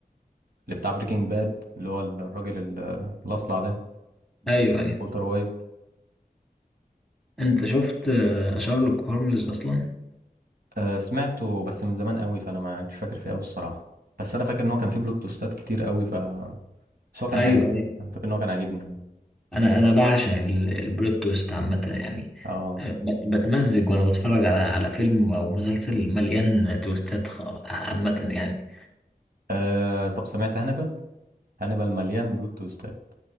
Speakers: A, on the right; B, in the centre.
A: لبتاع بريكنج باد اللي هو الراجل ال- الاصلع ده
B: ايوه ايوه
A: والتر وايت
B: انت شفت آه، شارلوك هولمز اصلا
A: آه سمعته بس من زمان قوي فانا ما كنتش فاكر فيه قوي الصراحه بس انا فاكر ان هو كان فيه بلوت توستات كتير قوي ف بس هو كان
B: ايوه
A: حلو
B: ايوه
A: انا فاكر ان هو كان عاجبني يعني
B: انا انا بعشق ال- البلوت تويست عامه يعني
A: اه
B: آه، بت- بتمزج وانا بتفرج على على فيلم او مسلسل مليان تويستات خ- عامه يعني
A: آه، طب سمعت هانيبال هانيبال مليان بلوت تويستات